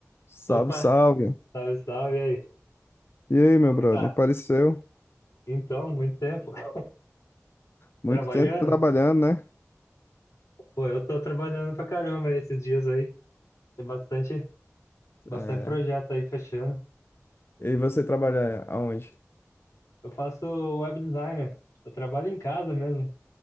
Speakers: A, on the left (about 50°); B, on the left (about 80°).
A: Salve,
B: Opa,
A: salve.
B: salve, salve, e aí?
A: E aí, meu
B: Qual
A: brother?
B: que tá?
A: Apareceu.
B: Então, muito tempo. <laughs>
A: Muito
B: Trabalhando?
A: tempo trabalhando, né?
B: Pô, eu tô trabalhando pra caramba esses dias aí. Tem bastante, bastante
A: É.
B: projeto aí fechando.
A: E você trabalha aonde?
B: Eu faço web designer. Eu trabalho em casa mesmo.